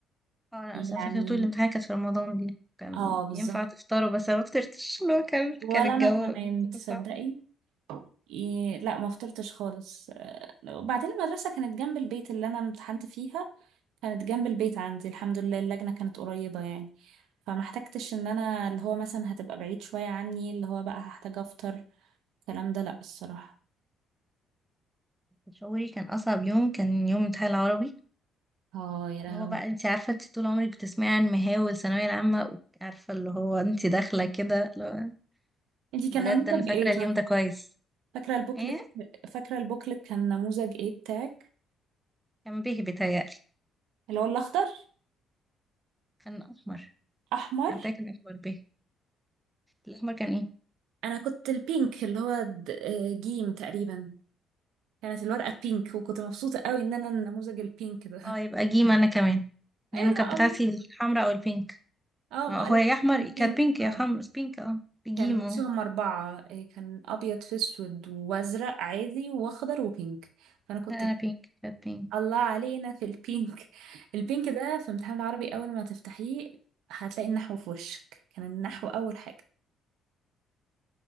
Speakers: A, in the centre; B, on the right.
A: اه انا أصل
B: يعني
A: أنا فاكره طول الامتحان كانت في رمضان دي كان
B: اه بالظبط
A: ينفع تفطروا بس انا ما فطرتش اللي هو كان
B: ولا
A: كان الجو
B: انا كمان تصدقي
A: كان صعب
B: إيه لا ما فطرتش خالص آه، وبعدين المدرسة كانت جنب البيت اللي انا امتحنت فيها كانت جنب البيت عندي الحمد لله اللجنة كانت قريبة يعني فما احتجتش ان انا اللي هو مثلا هتبقى بعيد شوية عني اللي هو بقى هحتاج افطر الكلام ده لا الصراحة
A: شعوري كان أصعب يوم كان يوم امتحان العربي
B: اه يا لهوي
A: اللي هو بقى انت عارفة انت طول عمرك بتسمعي عن مهاول ثانوية العامة عارفة اللي هو انت داخلة كده اللي هو
B: انتي كان
A: بجد
B: نموذج
A: أنا فاكرة
B: ايه طيب
A: اليوم ده كويس
B: فاكرة البوكلت
A: ايه
B: فاكرة البوكلت كان نموذج ايه بتاعك
A: كان به بيتهيألي
B: اللي هو الاخضر
A: كان أحمر
B: احمر
A: أنا متأكدة كان أحمر به الأحمر كان ايه
B: انا كنت البينك اللي هو د- آه، جيم تقريبا كانت الورقه بينك وكنت مبسوطه قوي ان انا النموذج البينك ده <laughs>
A: اه يبقى جيم أنا كمان
B: ايه
A: لأنه كانت
B: ده
A: بتاعتي
B: الله
A: الحمراء أو البينك
B: اه
A: ما
B: ما
A: هو
B: لا
A: يا أحمر
B: كان بينك
A: كانت بينك يا
B: اه
A: حمرا بينك اه بجيم
B: كان
A: اه
B: بصي هم أربعة إيه، كان أبيض في أسود وأزرق عادي وأخضر وبينك فأنا كنت
A: لا أنا
B: البينك.
A: بينك كانت بينك
B: <laughs> الله علينا في البينك البينك ده في امتحان العربي أول ما تفتحيه هتلاقي النحو في وشك كان النحو أول حاجة